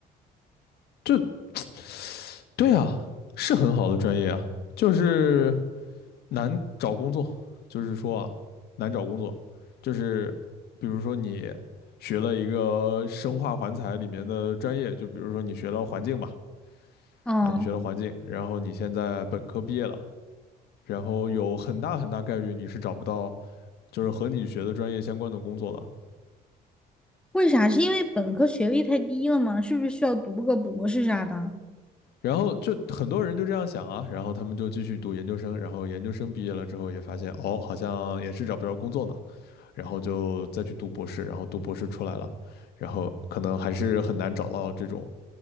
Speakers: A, on the left (about 70°); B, in the centre.
A: 就对啊，是很好的专业啊，就是。难找工作，就是说啊，难找工作，就是比如说你学了一个生化环材里面的专业，就比如说你学了环境吧，
B: 啊，
A: 啊，你学了环境，然后你现在本科毕业了，然后有很大很大概率你是找不到就是和你学的专业相关的工作的。
B: 为啥？是因为本科学历太低了吗？是不是需要读个博士啥的？
A: 然后就很多人就这样想啊，然后他们就继续读研究生，然后研究生毕业了之后也发现，哦，好像也是找不着工作呢，然后就再去读博士，然后读博士出来了，然后可能还是很难找到这种